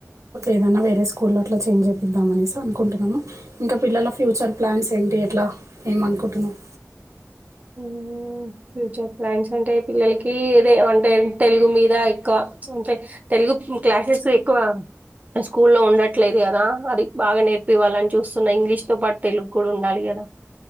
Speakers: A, on the right; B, on the right.
A: ఏదన్నా వేరే స్కూల్లో అట్లా చేంజ్ చేపిద్దామనేసి అనుకుంటున్నాము ఇంక పిలల ఫ్యూచర్ ప్లాన్స్ ఏంటి ఎట్లా ఏమనుకుంటున్నావ్
B: మ్మ్ ఫ్యూచర్ ప్లాన్స్ అంటే పిల్లలకి ఏదే అంటే తెలుగు మీద ఎక్కువ అంటే తెలుగు క్లాసెస్ ఎక్కువ స్కూ లో ఉండట్లేదు కదా అది బాగా నేర్పివ్వాలని చూస్తున్న ఇంగ్లీష్ తో పాటు తెలుగు కూడా ఉండాలి కదా